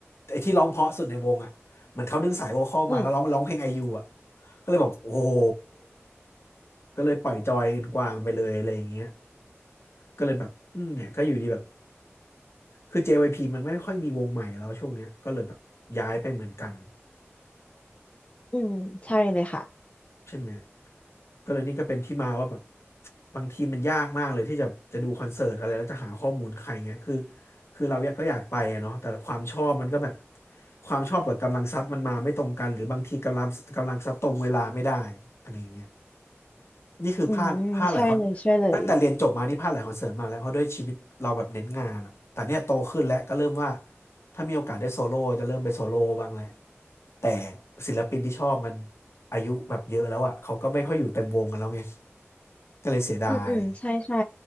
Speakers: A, on the left; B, on the left.
A: ไอ้ที่ร้องเพราะสุดในวงอ่ะเหมือนเขาดึงสายโวคอลมาแล้วร้องร้องเพลงไอยูอ่ะ
B: อืม
A: ก็เลยแบบโอ้โหก็เลยปล่อยจอยอื่นกวางไปเลยอะไรอย่างเงี้ยก็เลยแบบอืมเนี่ยก็อยู่ดีแบบคือ JYP มันไม่ค่อยมีวงใหม่แล้วช่วงเนี้ยก็เลยแบบย้ายไปเหมือนกัน
B: อืมใช่เลยค่ะ
A: ใช่ไหมก็เลยนี่ก็เป็นที่มาว่าแบบบางทีมันยากมากเลยที่จะจะดูคอนเสิร์ตอะไรแล้วจะหาข้อมูลใครเงี้ยคือคือเราอยากก็อยากไปอะเนาะแต่ความชอบมันก็แบบความชอบกับกำลังทรัพย์มันมาไม่ตรงกันหรือบางทีกำลังกำลังทรัพย์ตรงเวลาไม่ได้อะไรอย่างเงี้ยนี่คือพลาดพลาดหลายคอน
B: อืมใช่เลยใช่เลย
A: ตั้งแต่เรียนจบมานี่พลาดหลายคอนเสิร์ตมากแล้วเพราะด้วยชีวิตเราแบบเน้นงานอะแต่เนี่ยโตขึ้นแล้วก็เริ่มว่า ถ้ามีโอกาสได้โซโล่จะเริ่มไปโซโล่บ้างแหละแต่ศิลปินที่ชอบมันอายุแบบเยอะแล้วอ่ะเขาก็ไม่ค่อยอยู่เต็มวงกันแล้วไงก็เลยเสียดาย
B: อืมอืมใช่ใช่